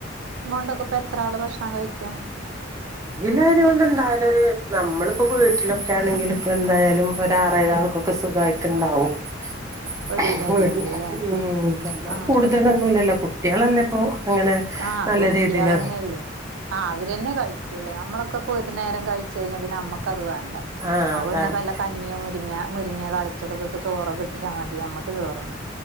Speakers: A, on the right; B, on the right.
A: ങൊണ്ടൊക്കെ പ്പെത്രാള് ഭക്ഷണം കഴിക്കും
B: ഒരിലെ അരികൊണ്ട് ഉണ്ടായാല് ഒരു നമ്മളിപ്പോ വീട്ടിലൊക്കേണെങ്കില് പ്പോ എന്തായാലും ഒരു ആറേഴാൾക്കൊ ക്കൊ സുഖായിട്ടുണ്ടാവും
A: <inaudible>
B: <unintelligible>
A: കിലോ അരികൊണ്ട് ല്ലേ
B: <inaudible> നമ്മൾ
A: ആഹ്
B: കൂടുതലൊന്നുല്ലല്ലോ
A: ഉം
B: കുട്ടികളല്ലെപ്പൊ അങ്ങനെ
A: ആഹ്
B: നല്ല
A: കുട്ടികളന്നെല്ലേ
B: രീതിയില്
A: ആഹ് അവര് തന്നെ കഴിക്കൂള്ളൂ. നമ്മളൊക്കെപ്പൊ ഒരു നേരം കഴിച്ചു കഴിഞ്ഞാ പിന്നെ അമ്മക്കത് വേണ്ട
B: ആഹ്
A: അപ്പോ
B: അതാണ്
A: പിന്നെ വല്ല കഞ്ഞിയോ മുരിങ്ങ മുരിങ്ങ താളിച്ചതൊക്കെ ഒക്കെ ചോറ് കിട്ടിയാ മതി അമ്മക്ക് ചോറ്ന്ന